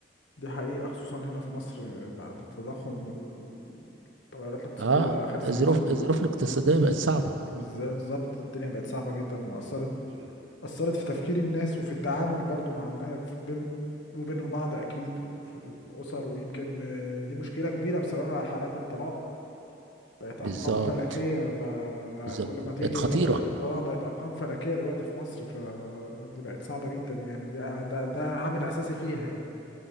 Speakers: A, on the left (about 75°); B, on the right (about 80°).
A: دي حقيقه خصوصا هنا في مصر آه، بعد التضخم والتغيرات الاقتصاديه
B: اه
A: اخر سنتين
B: الظروف الظروف
A: بقت
B: الاقتصاديه بقت صعبه
A: بالذات بالظبط الدنيا بقت صعبه جدا واثرت
B: مم.
A: اثرت في تفكير الناس وفي التعامل برضو مع الناس بين وبينهم بعض اكيد وفي الاسر ويمكن آه، دي مشكله كبيره بسببها حالات الطلاق بقت
B: بالظبط
A: ارقام فلكيه ب... ب...
B: بالظبط
A: كل ما تيجي
B: بقت خطيره
A: تقرير اه بقت ارقام فلكيه دلوقتي في مصر فدي بقت صعبه جدا يعني دي ده, ده عامل اساسي فيها يعني